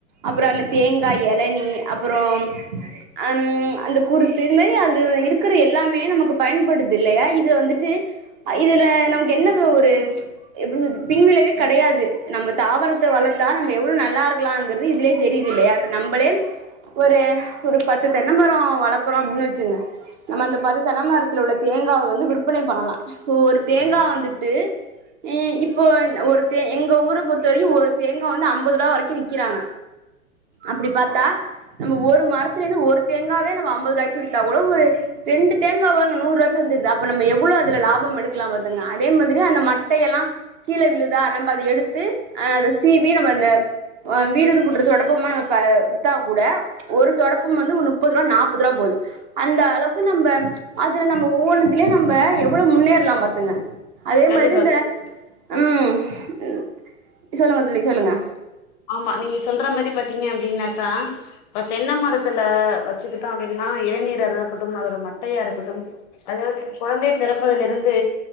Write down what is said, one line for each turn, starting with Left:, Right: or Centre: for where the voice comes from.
Right: அப்புற அந்த தேங்காய் எளநீ அப்பறம் அந் அந்த குருத்து இது மாரி அதுல இருக்கற எல்லாமே நமக்கு பயன்படுது தில்லையா இத வந்துட்டு ஐ இதுல நமக்கு என்னது ஒரு எப்டி சொல்து பின்விளைவே கெடையாது நம்ப தாவரத்த வளத்தா நம்ம எவ்ளு நல்லா இருக்கலாங்கிறது இதுலியே தெரிது இல்லையா இப்ப நம்பளே ஒரு ஒரு பத்து தென்ன மரோ வளக்குறோ அப்ன் வெச்சுக்ங்க நம்ம அந்த பத்து தென்ன மரத்துல உள்ள தேங்காவ வந்து விற்பனை பண்ணலா இப்ப ஒரு தேங்கா வந்துட்டு இ இப் போன் ஒரு தே எங்க ஊர பொறுத்த வரைக்கு ஒரு தேங்கா வந்து அம்பது ருவா வரைக்கு விக்கிறாங்க அப்பிடி பாத்தா நம்ம ஒரு மரத்துலிந்து ஒரு தேங்காவே நம்ம அம்பது ருவாய்க்கு வித்தா கூட ஒரு ரெண்டு தேங்கா வாங் நூர்ருவாய்க்கு வந்திடுது அப்ப நம்ப எவ்ளோ அதுல லா பம் எடுக்லாம் பாத்துக்ங்க அதே மாதிரி அந்த மட்டையெல்லா கீழ விழுதா நம்ப அத எடுத்து அ அத சீ வி நம்ப அந்த அ வீடுது கூட்ற தொடப்பமா நம இப்ப வித்தா கூட ஒரு தொடப்பம் வந்து நுப்புது ருவா நாப்பது ருவா போது அந்த அளவுக்கு நம்ப அதுல நம்ப ஒவ்வொன்னுத்துலியு நம்ப எவ்ளோ முன்னேற்லாம் பாத்துங்க அதே
Left: கண்டிப்பா
Right: மாதிரி இந்த ம் ம் சொல்லுங்க தோழி சொல்லுங்க
Left: ஆமா நீங்க சொல்ற மாரி பாத்தீங்க அப்டின்னாக்கா இப்ப தென்ன மரத்துல வச்சிகிட்டோ அப்டின்னா அ இளநீரா ரக்கட்டும் அதோட மட்டையாரு <unintelligible> அதாவ்து குழந்தை பிறப்பதிலிருந்து